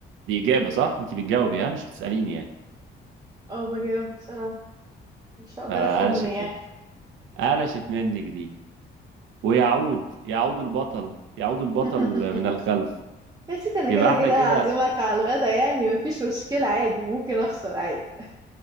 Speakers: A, on the right; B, on the right.
A: دي إجابة صح أنت بتجاوبي ها مش بتسأليني يعني
B: اه بجاوب بصراحة مش هقدر
A: آه،
B: اخم
A: قلشت
B: يعني
A: قلشت منك دي ويعود يعود البطل يعود
B: <laughs>
A: البطل من الخلف
B: يا سيدي انا
A: يبقى
B: كده
A: احنا
B: كده
A: كده
B: هعزمك على الغدا يعني مفيش مشكلة عادي ممكن اخسر عادي <laughs>